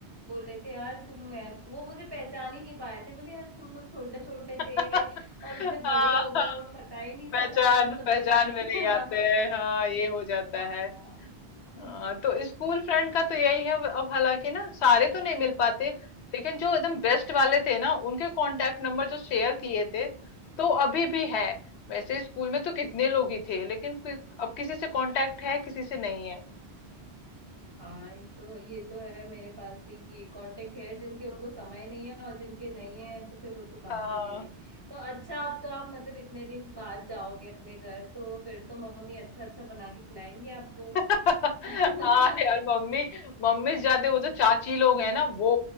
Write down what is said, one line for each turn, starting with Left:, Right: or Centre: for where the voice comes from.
Right: बोले थे यार तुम मैं वो मुझे पहचान ही नहीं पाए थे बोले यार तुम लोग छोटे छोटे
Left: <laughs>
Right: थे
Left: हाँ
Right: और इतने बड़े हो गए
Left: हाँ,
Right: हो पता ही नहीं
Left: पहचान
Right: चला मुझे तो
Left: पहचान
Right: पहचान
Left: में
Right: ही
Left: नहीं
Right: नहीं
Left: आते
Right: <laughs>
Left: हैं हाँ ये हो जाता
Right: हाँ
Left: है
Right: हाँ
Left: हाँ तो स्कूल फ्रेंड का तो यही है अब हालांकि ना सारे तो नहीं मिल पाते लेकिन जो एकदम बेस्ट वाले थे ना उनके कांटेक्ट नंबर जो शेयर किए थे तो अभी भी है वैसे स्कूल में तो कितने लोग ही थे लेकिन कोई- अब किसी से कांटेक्ट है किसी से नहीं है
Right: हाँ ये तो ये तो है मेरे पास भी ये कांटेक्ट है जिनके उनको समय नहीं है और जिनके नहीं है तो फिर वो तो बात
Left: हाँ
Right: ही नहीं है तो अच्छा अब तो आप मतलब इतने दिन बाद जाओगे अपने घर तो फिर तो मम्मी अच्छा अच्छा बना के खिलाएंगे आपको
Left: हाँ
Right: <laughs> हम्म
Left: यार मम्मी मम्मी से ज्यादा वो जो चाची लोग हैं ना वो